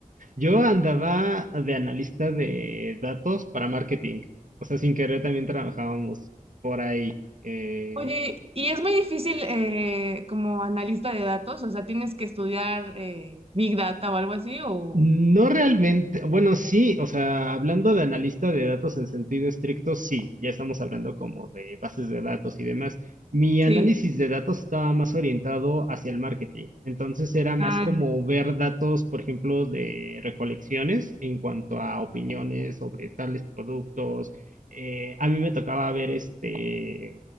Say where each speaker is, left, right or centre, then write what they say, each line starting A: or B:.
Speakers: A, on the right (about 70°); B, on the right (about 45°).
A: Yo andaba de analista de datos para marketing. O sea, sin querer también trabajábamos por ahí. eh,
B: Oye, y es muy difícil eh, como analista de datos, o sea, tienes que estudiar eh, Big Data o algo así, o
A: No realmente, bueno, sí, o sea, hablando de analista de datos en sentido estricto, sí, ya estamos hablando como de bases de datos y demás. Mi
B: sí.
A: análisis de datos estaba más orientado hacia el marketing, entonces era más
B: Ah,
A: como ver datos, por ejemplo, de recolecciones en cuanto a opiniones sobre tales productos. Eh, a mí me tocaba ver este